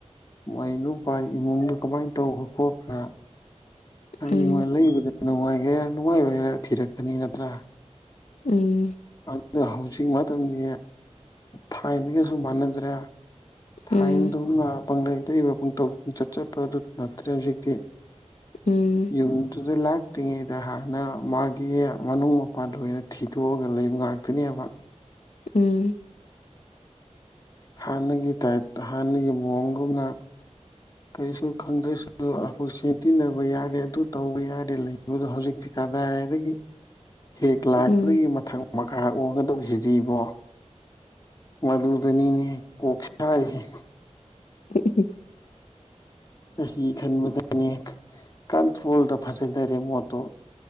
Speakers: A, on the left; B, on the left.
A: ꯃꯥꯢ ꯅꯨꯨꯄꯥꯥꯏ ꯏꯃꯨꯡꯗꯣ ꯀꯃꯥꯏꯅ ꯇꯧꯕ꯭ꯔꯥ ꯈꯣꯠꯄ꯭ꯔꯥ ꯍꯌꯦꯡꯋꯥꯢ
B: ꯎꯝ
A: ꯂꯩꯕꯗ ꯅꯨꯡꯉꯥꯏꯒꯦꯔ ꯅꯨꯡꯉꯥꯏꯔꯣꯏꯔ ꯊꯤꯔꯛꯀꯅꯤ ꯅꯠꯇ꯭ꯔꯥ
B: ꯎꯝ
A: ꯑꯗꯨꯗ ꯍꯧꯖꯤꯛ ꯃꯇꯝꯗꯤ ꯊꯥꯏꯅꯒꯁꯨ ꯃꯥꯟꯅꯗ꯭ꯔꯦ ꯊꯥꯏꯅ
B: ꯎꯝ
A: ꯗꯧꯅ ꯄꯪꯂꯩ ꯂꯩꯕ ꯄꯪꯇꯧ ꯄꯨꯡꯆꯠ ꯆꯠꯄꯗꯨ ꯅꯠꯇ꯭ꯔꯦ ꯍꯧꯖꯤꯛꯇꯤ
B: ꯎꯝ
A: ꯌꯨꯝꯗꯨꯗ ꯂꯥꯛꯇ꯭ꯔꯤꯉꯩꯗ ꯍꯥꯟꯅ ꯃꯥꯒꯤ ꯃꯅꯨꯡ ꯃꯄꯥꯟ ꯂꯣꯢꯟ ꯊꯤꯗꯣꯛꯑꯒ ꯂꯩꯕ ꯉꯥꯛꯇꯅꯦꯕ
B: ꯎꯝ
A: ꯍꯥꯟꯅꯒꯤ ꯇꯥꯏꯞ ꯍꯥꯟꯅꯒꯤ ꯃꯑꯣꯡꯒꯨꯝꯅ ꯀꯔꯤꯁꯨ ꯈꯪꯗ꯭ꯔꯁꯨ ꯄꯨꯟꯁꯤ ꯇꯤꯟꯅꯕ ꯌꯥꯔꯦ ꯑꯗꯨ ꯇꯧꯕ ꯌꯥꯔꯦ ꯂꯩꯕꯗꯣ ꯍꯧꯖꯤꯛꯇꯤ ꯀꯗꯥꯢꯗꯒꯤ ꯍꯦꯛ ꯂꯥꯛꯄꯗꯒꯤ
B: ꯎꯝ
A: ꯃꯊꯪ ꯃꯈꯥ ꯑꯣꯡꯒꯗꯧꯁꯤꯔꯤꯕꯣ ꯃꯗꯨꯨꯗꯅꯤꯅꯤ ꯀꫭꯛ ꯁꯔꯤꯁꯦ
B: <inaudible>
A: ꯑꯁꯤ ꯈꯟꯕꯗꯅꯦ ꯀꯟꯇ꯭ꯔꯣꯜꯗ ꯐꯖꯗ ꯗꯨ ꯃꫭꯠꯇꯣ